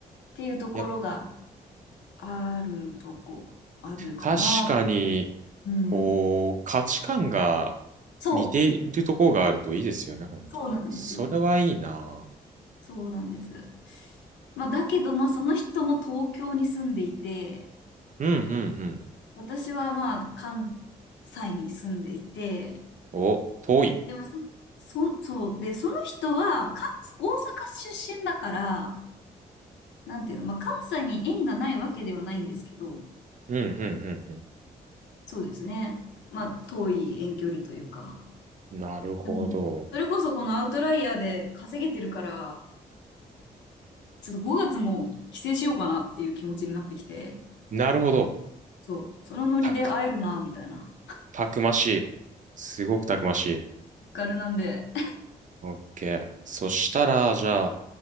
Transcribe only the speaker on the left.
ていうところが
あるとこ、あるかなって。
うん。
そう、
そうなんですよ。
そうなんです。まあ、だけど、まあ、その人も東京に住んでいて、
私はまあ、関西に住んでいて、
でも、まあそ、そそう、で、その人は関、大阪出身だから、なんていうの、まあ、関西に縁がないわけではないんですけど、
そうですね。まあ、遠い遠距離というか。
でも、それこそこのアウトライヤーで稼げてるから、ちょっと5月も帰省しようかなっていう気持ちになってきて、
そう、そのノリで会えるな、
みたいな。
ガルなんで、